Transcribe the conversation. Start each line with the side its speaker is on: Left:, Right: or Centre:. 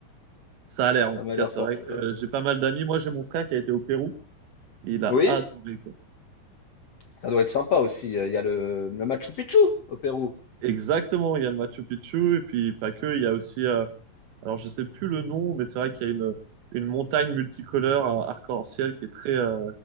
Right: Ça a l'air, en
Left: Ça
Right: tout
Left: m'a
Right: cas,
Left: l'air
Right: c'est
Left: fort.
Right: vrai
Left: ch-
Right: que
Left: euh,
Right: euh, j'ai pas mal d'amis. Moi, j'ai mon frère qui a été au Pérou et il a
Left: Oui,
Right: adoré, quoi.
Left: ça doit être sympa aussi. Euh, Il y a le, le Machu Picchu au Pérou.
Right: Exactement, il y a le Machu Picchu et puis pas que, il y a aussi, euh, alors je sais plus le nom, mais c'est vrai qu'il y a une, une montagne multicolore, euh, arc-en-ciel qui est très, euh,